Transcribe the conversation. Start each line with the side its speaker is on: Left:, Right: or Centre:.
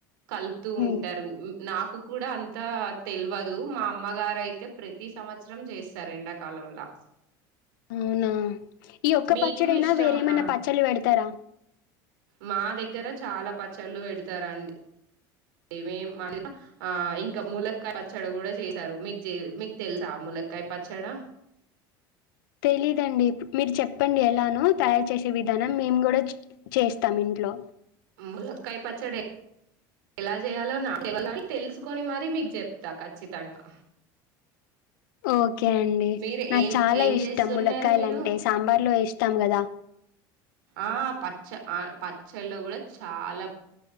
Right: కలుపుతూ
Left: హ్మ్
Right: ఉంటార్ నాకు కూడా అంతా తెల్వదు మా అమ్మగారైతే ప్రతి సంవత్సరం చేస్తారు ఎండాకాలంలా
Left: అవునా ఈ ఒక్క
Right: మీకు
Left: పచ్చడిైనా
Right: ఇష్టం
Left: వేరేమైనా
Right: ఆ
Left: పచ్చళ్ళు పెడుతారా
Right: మా దగ్గర చాలా పచ్చళ్ళు పెడతారండి మేం ఆ ఇంకా ములక్కాయ పచ్చడి కూడా చేసారు మీక్ చె మీకు తెలుసా ములక్కాయ పచ్చడ
Left: తెలీదండి మీరు చెప్పండి ఎలానో తయారు చేసే విధానం మేము కూడా చ్ చేస్తాం ఇంట్లో
Right: ములక్కయ పచ్చడి ఎలా చేయాలో నాకు తెలుసుకొని మరి మీకు చెప్తా ఖచ్చితంగా
Left: ఓకే అండి
Right: మీరు
Left: నాకు
Right: ఏం
Left: చాలా
Right: ఏం
Left: ఇష్టం
Right: చేస్తున్నారు
Left: ములక్కయలు
Right: మీరు
Left: అంటే సాంబార్లో ఎస్ స్తాం కదా
Right: ఆ పచ్చ ఆ పచ్చళ్ళు కూడా చాలా